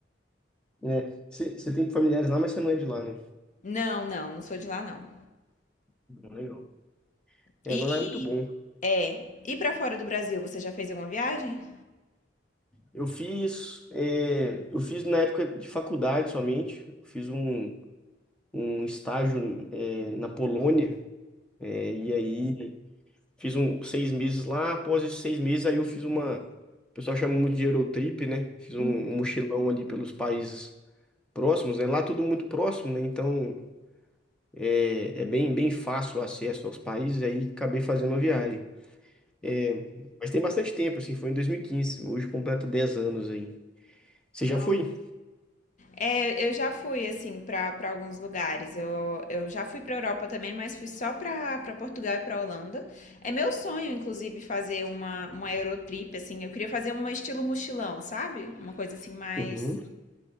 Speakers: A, in the centre; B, on the left.
A: É, Você tem familiares lá, mas você não é de lá, né?
B: Não, não, não sou de lá, não.
A: Legal. É,
B: E,
A: não
B: e-
A: é muito bom.
B: é, e pra fora do Brasil, você já fez alguma viagem?
A: Eu fiz, é, eu fiz na época de faculdade somente, eu fiz um, um estágio, é, na Polônia, é, e aí Fiz um, seis meses lá, após esses seis meses, aí eu fiz uma. O pessoal chama muito de Eurotrip, né? Fiz um
B: Hum.
A: mochilão ali pelos países próximos, né? Lá tudo muito próximo, né? Então é, é bem, bem fácil o acesso aos países, aí acabei fazendo uma viagem. É, mas tem bastante tempo, assim, foi em dois mil e quinze hoje completa 10 anos aí. Você
B: Não.
A: já foi?
B: É, eu já fui, assim, pra, pra alguns lugares. Eu, eu já fui pra Europa também, mas fui só pra, pra Portugal e pra Holanda. É meu sonho, inclusive, fazer uma, uma Eurotrip, assim. Eu queria fazer um estilo mochilão, sabe? Uma coisa assim mais
A: Uhum.